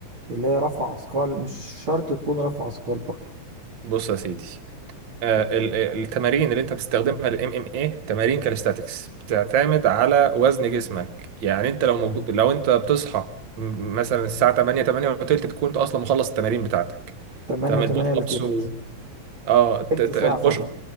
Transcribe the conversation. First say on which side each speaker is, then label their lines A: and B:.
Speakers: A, on the right (about 35°); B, on the right (about 60°).
A: اللي هي رفع اثقال مش شرط تكون رفع اثقال برضه
B: بص يا سيدي آه، ال- ال- التمارين اللي انت بتستخدمها للام ام اي تمارين كاليستاتكس بتعتمد على وزن جسمك يعني انت لو موجود لو انت بتصحى م- مثلا الساعه 8 8 وتلت تكون انت اصلا مخلص التمارين بتاعتك
A: 8
B: تمام
A: 8
B: البوش
A: الا
B: ابس
A: تلت
B: و... اه الت-
A: تلت
B: الت-
A: ساعة
B: البوش
A: فقط